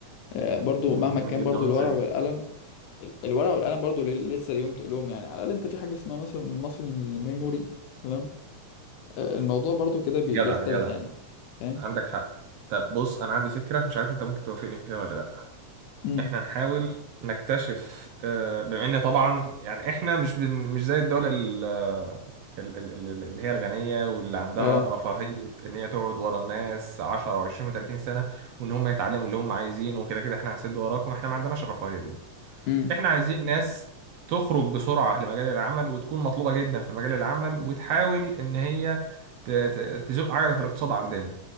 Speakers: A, on the left; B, on the right.
A: آه، برضو
B: امم،
A: مهما
B: جميل
A: كان
B: جدا
A: برضو
B: انا
A: الورق
B: زيك
A: والقلم ال- الورق والقلم برضو ليه- لسه ليهم تقولهم يعني على الأقل أنت في حاجة اسمها مثلا ماسل ميموري تمام آه، الموضوع برضو كده بي-
B: جدع
A: بيختلف
B: جدع
A: يعني فاهم
B: عندك حق طب بص انا عندي فكره مش عارف انت ممكن توافقني فيها ولا لا
A: امم
B: احنا نحاول نكتشف آه، بما ان طبعا يعني احنا مش بن مش زي الدول ال- آه، ال- ال- ال- اللي هي الغنيه واللي عندها
A: اه
B: رفاهيه ان هي تقعد ورا الناس 10 و20 و30 سنه وان هم يتعلموا اللي هم عايزينه وكده كده احنا هنسد وراكم احنا ما عندناش الرفاهيه دي.
A: امم
B: احنا عايزين ناس تخرج بسرعة لمجال العمل وتكون مطلوبة جدا في مجال العمل وتحاول ان هي ت- ت- تزق عجلة الاقتصاد عندنا